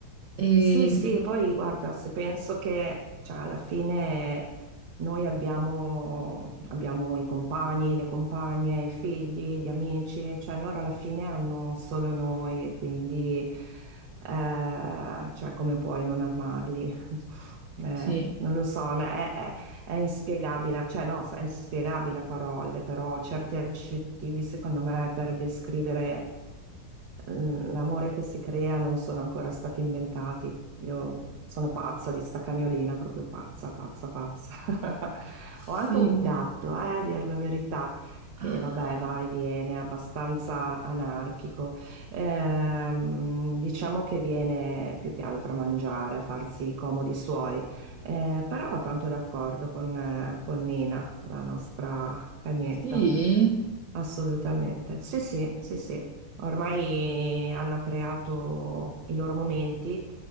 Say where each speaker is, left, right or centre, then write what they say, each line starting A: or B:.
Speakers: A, on the right (about 80°); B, on the right (about 60°).
A: e-
B: Sì, sì, poi guarda, se penso che cioè, alla fine noi abbiamo, abbiamo i compagni, le compagne, i figli, gli amici, cioè loro alla fine hanno solo noi e quindi eh, cioè, come puoi non amarli? <laughs> Eh,
A: Sì,
B: non lo so, no, è, è- è inspiegabile, cioè no, è spiegabile a parole, però certi aggettivi secondo me per descrivere l- L'amore che si crea non sono ancora stati inventati. Io sono pazza di sta cagnolina, proprio pazza, pazza, pazza. <laughs>
A: sì.
B: Ho anche un gatto, eh, a dir la verità, che
A: Ah,
B: vabbè, va e viene, è abbastanza anarchico. Ehm, diciamo che viene più che altro a mangiare, a farsi i comodi suoi, Eh, però va tanto d'accordo con, eh, con Nina, la nostra cagnetta.
A: sì?
B: Assolutamente. Sì, sì, sì, sì. Ormai eh, hanno creato i loro momenti